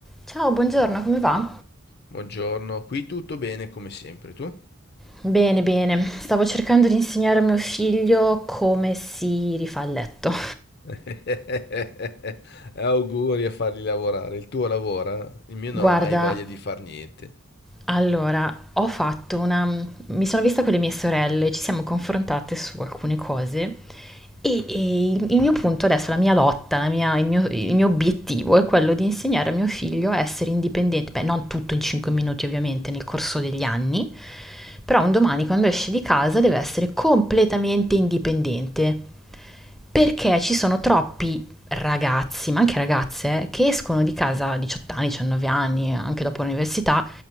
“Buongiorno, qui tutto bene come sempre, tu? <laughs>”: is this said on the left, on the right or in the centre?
Left